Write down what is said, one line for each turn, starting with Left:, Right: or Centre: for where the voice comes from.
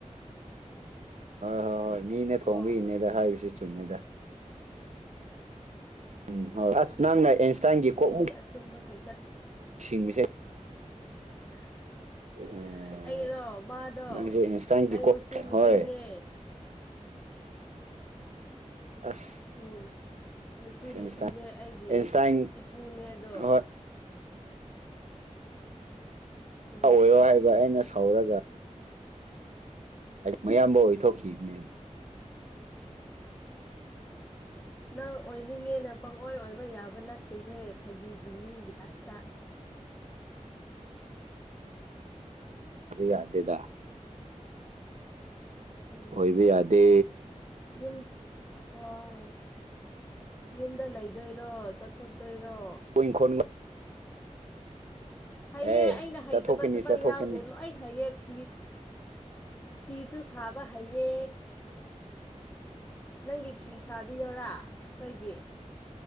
Right: ꯍꯣꯏ ꯍꯣꯏ ꯍꯣꯏ ꯃꯤꯅ ꯊꯣꯡꯕ
Left: ꯀꯣ
Right: ꯏꯅꯦꯗ ꯍꯥꯏꯁꯨ ꯆꯨꯝꯃꯦꯗ ꯎꯝ ꯍ ꯑꯁ ꯅꯪꯅ ꯑꯦꯟꯁꯇꯥꯏꯟꯒꯤ ꯀꯣꯛꯃ
Left: ꯑꯩꯗꯤ ꯑꯆꯨꯝꯕ ꯈꯛꯇ
Right: ꯏꯁꯤꯡꯕꯁ
Left: <unintelligible>
Right: ꯎꯝ
Left: ꯑꯩꯔꯣ ꯃꯥꯗꯣ
Right: ꯅꯪꯁꯦ ꯑꯦꯟꯁꯇꯥꯏꯟꯒꯤꯀꯣ
Left: ꯑꯩ ꯃꯁꯨ ꯅꯨꯄꯤꯅꯦ
Right: ꯍꯣꯏ ꯑꯁ
Left: ꯎꯝ ꯃꯁꯨ
Right: ꯑꯦꯟꯁꯇꯥꯏꯟ
Left: ꯅꯨꯄꯤꯅꯦ ꯑꯩꯒꯤ
Right: ꯑꯦꯟꯁꯇꯥꯏꯟ
Left: ꯏꯄꯨꯅꯦꯗꯣ
Right: ꯍꯣꯏ
Left: ꯎꯝ
Right: ꯑꯣꯏꯌꯣ ꯍꯥꯏꯕ ꯑꯩꯅ ꯁꯥꯎꯔꯒ ꯃꯌꯥꯝꯕ ꯑꯣꯏꯊꯣꯛꯈꯤꯕꯅꯦꯕ
Left: ꯅꯪ ꯑꯣꯏꯅꯤꯡꯉꯦꯅꯦ ꯄꯪꯑꯣꯏ ꯑꯣꯏꯕ ꯌꯥꯕ ꯅꯠꯇꯦꯍꯦ ꯐꯥꯒꯤꯒꯤ ꯃꯤꯒꯤꯤꯗꯥꯛꯛꯇ
Right: ꯑꯗꯨ ꯌꯥꯗꯦꯗ
Left: ꯎꯝ
Right: ꯑꯣꯏꯣꯏꯕ ꯌꯥꯗꯦ
Left: ꯌꯨꯝ ꯍꯣꯏ ꯌꯨꯝꯗ ꯂꯩꯗꯣꯏꯔꯣ ꯆꯠꯊꯣꯛꯇꯣꯏꯔꯣ
Right: ꯑꯩꯤꯡꯈꯣꯟꯒ
Left: ꯍꯩꯌꯦꯦ
Right: ꯑꯦ
Left: ꯑꯩꯅ ꯍꯩꯇꯕ
Right: ꯆꯠꯊꯣꯛꯀꯅꯤ
Left: ꯊꯕꯛ
Right: ꯆꯠꯊꯣꯛꯀꯅꯤ
Left: ꯌꯥꯎꯗꯦ ꯂꯣꯏꯅ ꯍꯩꯌꯦ ꯐꯤꯁ ꯐꯤꯁꯨꯨ ꯁꯥꯕ ꯍꯥꯏꯌꯦ ꯅꯪꯒꯤ ꯐꯤ ꯁꯥꯕꯤꯌꯔꯥ ꯑꯩꯈꯣꯏꯒꯤ